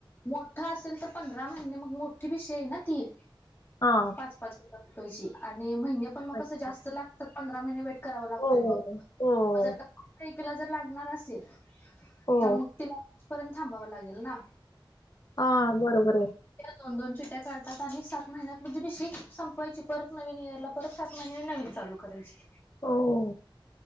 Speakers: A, on the left; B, on the left.
A: मोठा असेल तर पंधरा महिने मग मोठी विषय आहे ना ती
B: हा
A: पाच पाच हजार रुपची आणि म पण म
B: अच्छा
A: क जास्त लागत पंध महिने भेटत करावा लागतोय
B: हो
A: मग.
B: हो
A: मग जर का तीला जर लागणार असेल,
B: हो
A: तर मग तिला पर्यंत थांबावं लागेल ना.
B: आ.. बरोबर वै
A: त्या दोन दोन चिट्ट्या काढतात आणि सात महिन्यात म्हणजे बेशी संपवायची परत नवीन इयरला परसात म्हने नवीन चालू करायची
B: हो,